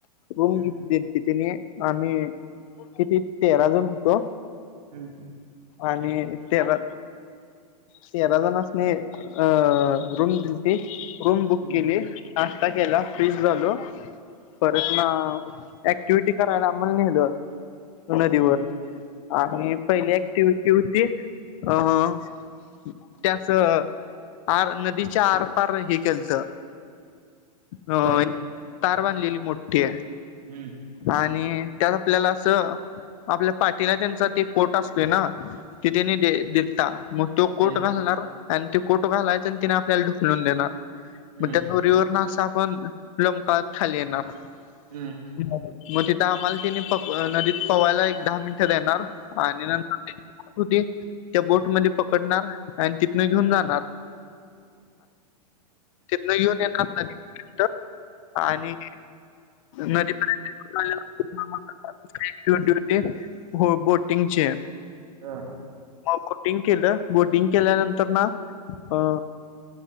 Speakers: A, on the left; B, on the right.
A: रूम.
B: हम्म
A: तिथेने आम्ही किती तेरा जण होतो.
B: हम्म
A: आणि तेरा तेरा जनासनी अ रूम दिल ती रूम बुक
B: हम्म
A: केली. नाश्ता केला फ्रेश झालो. परत न ऍक्टिव्हटी करायला आम्हाला नेलं. नदीवर
B: हम्म
A: आणि पहिली ऍक्टिव्हटी होती अ. त्यास आर नदीच्या आरपार हे केलत. हो
B: काय
A: तार बांधलेली मोठी आहे.
B: हम्म
A: आणि त्यात आपल्याला असं आपल्या पाठीला त्यांचा ते कोट असतोय ना ते त्यानी दिलता मग तो कोट
B: ते
A: घालणार आणि ते कोट घालायचा आणि तिने आपल्याला ढुकलून देणार.
B: हम्म
A: मग त्या दोरीवर ना असा आपण लोंबकळत खाली येणार.
B: हम्म
A: मग तिथं आम्हाला तिने प नदीत पवायला एक दहा मिनट देणार आणि नंतर म्हणत होती त्या बोट मध्ये पकडणार आणि तिथून घेऊन जाणार. तिथन युनियन अस आणि न ते <inaudible> टू हंड्रेड रुपये बोटिंगचे
B: हा
A: मग बोटिंग केलं बोटिंग केल्यानंतर ना अ